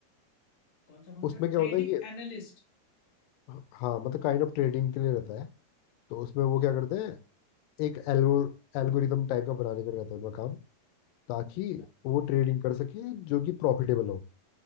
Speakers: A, on the left; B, on the left.
A: कौन सा कौन
B: उसमें
A: सा
B: क्या
A: trading
B: होता है कि
A: analyst
B: हाँ मतलब काइंड ऑफ ट्रेडिंग के लिए रहता है तो उसमें
A: Okay
B: वो क्या
A: okay
B: करते हैं एक
A: Hmm
B: एल्गो एल्गोरिदम टाइप का बनाने का रहता है उनका काम ताकि
A: अच्छा
B: वो ट्रेडिंग कर सके जो कि प्रॉफिटेबल हो